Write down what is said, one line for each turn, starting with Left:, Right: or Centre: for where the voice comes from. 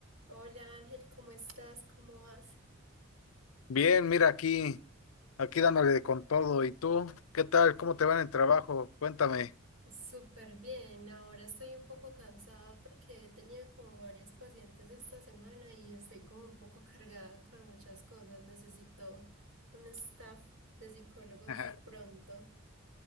Right: Hola Ángel, ¿cómo estás? ¿Cómo vas?
Left: Bien, mira aquí, aquí dándole con todo. ¿Y tú? ¿Qué tal? ¿Cómo te va en el trabajo? Cuéntame.
Right: Súper bien, ahora estoy un poco cansada porque he tenido como varios pacientes esta semana y estoy como un poco cargada con muchas cosas. Necesito un staff de psicólogos
Left: <laughs>
Right: pronto.